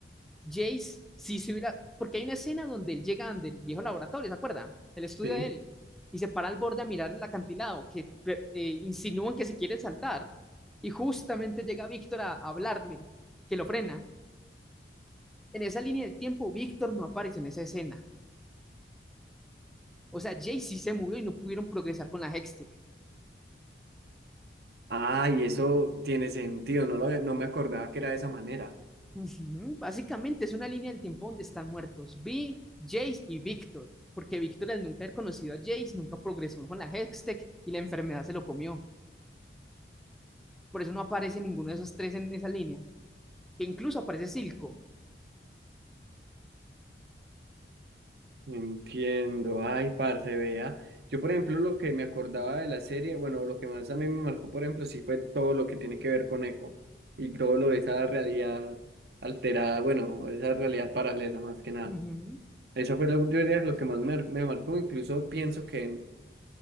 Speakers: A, in the centre; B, on the right (about 60°).
A: Jace sí se hubiera, porque hay una escena donde él llega donde el viejo laboratorio, ¿se acuerda? El estudio
B: Sí.
A: de él, y se para al borde a mirar el acantilado, que eh, insinúan que se quiere saltar, y justamente llega Víctor a, a hablarle, que lo frena. En esa línea del tiempo, Víctor no aparece en esa escena. O sea, Jay sí se murió y no pudieron progresar con la Hextech.
B: Ah, y eso tiene sentido, no lo había- no me acordaba que era de esa manera.
A: Ujú, Básicamente es una línea del tiempo donde están muertos Vi, Jace y Víctor, porque Víctor al nunca haber conocido a Jace nunca progresó con la Hextech y la enfermedad se lo comió. Por eso no aparece ninguno de esos tres en esa línea, que incluso aparece Silco.
B: Entiendo, ay, parce, vea. Yo, por ejemplo, lo que me acordaba de la serie, bueno, lo que más a mí me marcó, por ejemplo, sí fue todo lo que tiene que ver con Eco y todo lo de esa realidad alterada, bueno, esa realidad paralela más que nada.
A: Ujú.
B: Eso fue lo, yo diría, lo que más me, me marcó, incluso pienso que